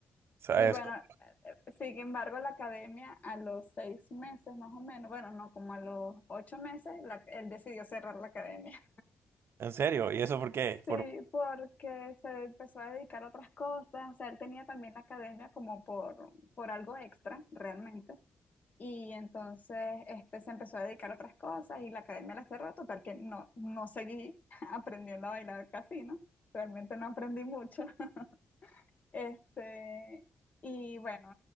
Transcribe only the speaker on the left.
sí, bueno,
sin embargo, la academia a los seis meses más o menos, bueno, no, como a los ocho meses, la- él decidió cerrar la academia.
Sí, porque se empezó a dedicar a otras cosas, o sea, él tenía también la academia como por, por algo extra, realmente, y entonces este, se empezó a dedicar a otras cosas y la academia la cerró, total que no, no seguí <laughs> aprendiendo a bailar casino, realmente no aprendí mucho, <laughs> este, y bueno,